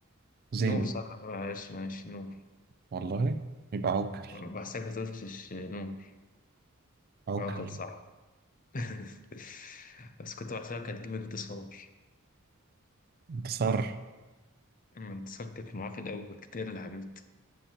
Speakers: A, on the right (about 45°); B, on the left (about 40°).
A: زينة
B: نور صح معلش معلش نور
A: والله يبقى عوكل
B: بحسك ما تقولش نمر
A: عوكل
B: عقد صح <laughs> بس كنت بحسبك هتجيب انتصار
A: انتصار
B: اما انتصار كانت معاه في الأول كتير اللي حبيبتي